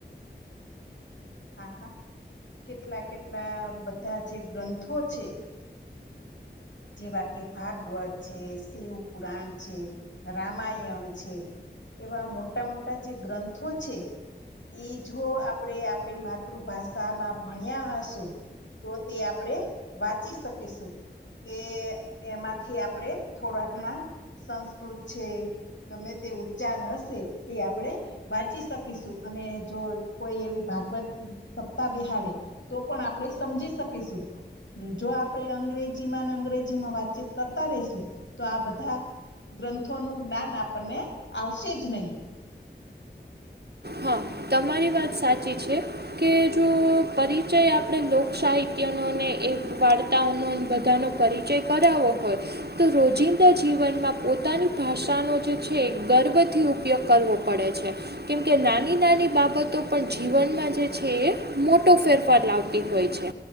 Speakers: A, on the left (about 85°); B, on the right (about 60°).
A: હા હા કેટલા કેટલા બધા જે ગ્રંથો છે. જેવા કે ભાગવત છે શિવપુરાણ છે રામાયણ છે. એવા મોટા મોટા જે ગ્રંથો છે. એ જો આપણે આપણી માતૃભાષામાં ભણ્યા હશો તો તે આપણે વાંચી શકીશું કે એમાંથી આપણેે થોડા ઘણા સંસ્કૃત છે. ગમે તે ઉચ્ચાર હશે એ આપણે વાંચી શકીશું અને જો કોઈ એવી ભાગવત સપ્તાહ બેહાડે તો પણ આપણે સમજી શકીશું જો આપણે અંગ્રેજ જી અંગ્રેજી માં વાતચીત કરતા રેશું તો આ બધા ગ્રંથોનું જ્ઞાન આપણને આવશે જ નહીં.
B: હહ તમારી વાત સાચી છે. કે જો પરિચય આપણે લોક સાહિત્યનો અને એ વાર્તાઓનો બધાનો પરિ ચય કરાઓ હોય તો રોજિંદા જીવનમાં પોતાની ભાષાનો જે છે ગર્વથી ઉપયોગ કરવો પડે છે. કેમ કે નાની નાની બાબતો પણ જીવનમાં જે છે એ મોટો ફેરફાર લાવતી હોય છે.